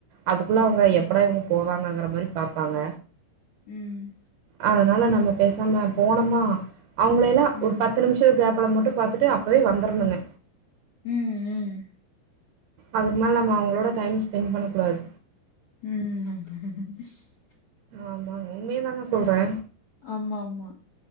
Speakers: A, on the right; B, on the left.
A: அதுக்குள்ள அவுங்க
B: ம்,
A: எப்படா இவங்க போவாங்கங்கற மாரி பாப்பாங்க
B: ம்.
A: அதனால நம்ம பெசாம போனமா அவுங்களேலா
B: ம்.
A: ஒரு பத்து நிமிஷ கேப்புல மட்டு பாத்துட்டு அப்பவே வந்தரணுங்க
B: ம் ம்
A: அதுக் மேல நம்ம அவுங்ளோட டைம் ஸ்பெண் பண்ணக்கூடாது
B: ம்
A: ஆமாங் உண்மயதாங்க சொல்றே
B: ம். ஆமா ஆமா